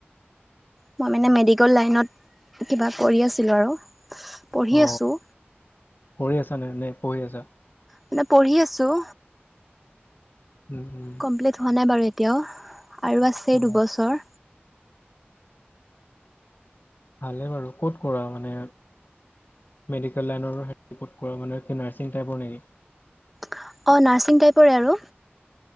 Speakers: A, in the centre; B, on the left.
A: মই মানে মেডিকেল লাইনত কিবা কৰি আছিলো আৰু। পঢ়ি
B: অ
A: আছোঁ।
B: কৰি আছা নে নে পঢ়ি আছা?
A: মানে পঢ়ি আছোঁ।
B: উম। উম
A: কমপ্লিট হোৱা নাই বাৰু, এতিয়াও আৰু আছেই
B: অ
A: দুবছৰ।
B: ভালে বাৰু, ক'ত কৰা মানে মেডিকেল লাইনৰো হেৰ পৰ্ট কৰা মানুহে সে নাৰ্ছিং টাইপৰ নেকি?
A: অ', নাৰ্ছিং টাইপৰে আৰু